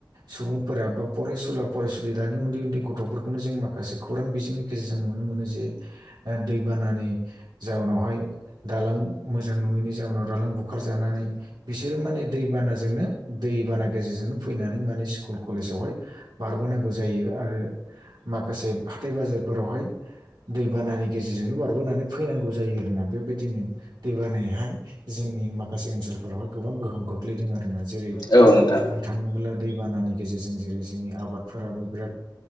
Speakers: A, on the right (about 65°); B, on the left (about 60°).
A: सुबुंफोरा बा प फरायसुला फरायसुलि दानि उन्दै उन्दै गथ'फोरखौनो जों माखासे खौरां बिजोंनि गेजेरजों नुनो मोनो जे ओ दै बानानि जाउनावहाय दालां मोजां नङैनि जाउनाव दालां बुखारजानानै बिसोरो माने दैबानाजोंनो दैबाना गेजेरजोंनो फैनानै माने स्कुल कलेजावहाय बारबोनांगौ जायो आरो माखासे हाथाय बाजारफोरावहाय। दैबानानि गेजेरजोंनो बारबोनानै फैनांगौ जायो आरोना बेबायदिनो दैबानायहाय जोंनि माखासे ओनसोलफोरावहाय गोबां गोहोम गोख गोग्लैदों आरोना जेरै
B: औ औ नोंथां
A: बुंनो थाङोब्ला दैबानानि गेजेरजों जेरै जोंनि आबादफोराबो बिराद